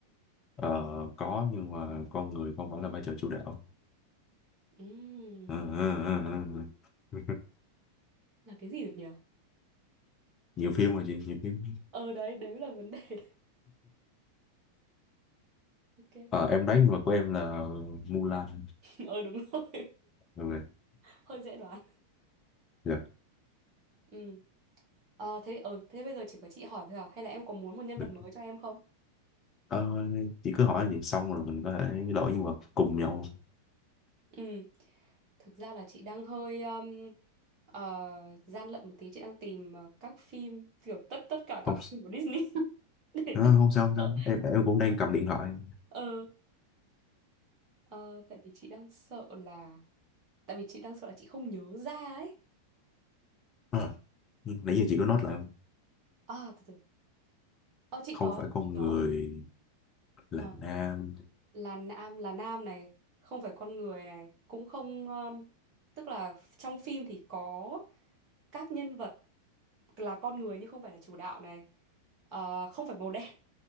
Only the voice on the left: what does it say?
Ờ, có nhưng mà con người không phải là vai trò chủ đạo.
Ờ, ờ, ờ, ờ, ờ. <laughs>
Nhiều phim mà chị, nhiều phim.
Ờ, em đoán nhưng mà của em là Mulan.
Ok.
Dạ.
Được.
Ờ, chị cứ hỏi vậy xong rồi mình có thể đổi nhân vật cùng nhau.
Không,
ờ,
không sao không
sao. Em, em cũng đang cầm điện thoại.
Ờ, nãy giờ chị có note lại không?
Không
phải con
người là
nam